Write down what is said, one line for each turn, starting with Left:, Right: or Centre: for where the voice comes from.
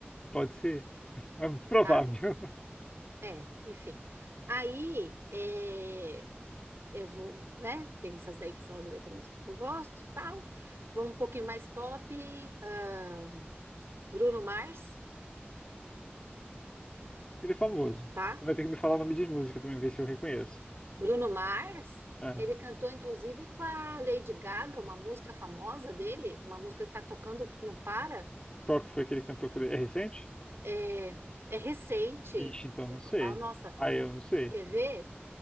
Left: Pode ser. É muito provável.
Right: tá?
Left: <laughs>
Right: É, enfim. Aí, é, eu vou, né? Tem essas daí que são as eletrônicas que eu gosto, tal. Vou um pouquinho mais pop, ahn, Bruno Mars,
Left: Ele é famoso.
Right: tá?
Left: Vai ter que me falar o nome de música pra mim ver se eu reconheço.
Right: Bruno Mars,
Left: É.
Right: ele cantou inclusive com a Lady Gaga, uma música famosa dele, uma música que tá tocando que não para.
Left: Qual que foi aquele cantor que ele cantou? É recente?
Right: É, é recente.
Left: Ixi, então não sei.
Right: Ah, nossa,
Left: Aí eu não sei.
Right: quer ver?